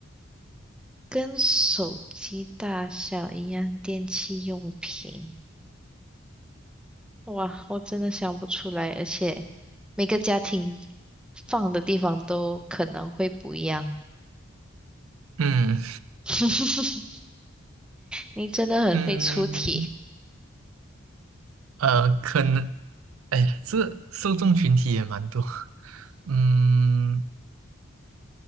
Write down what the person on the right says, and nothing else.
嗯
嗯，呃，可能。哎呀，这受众群体也蛮多。嗯，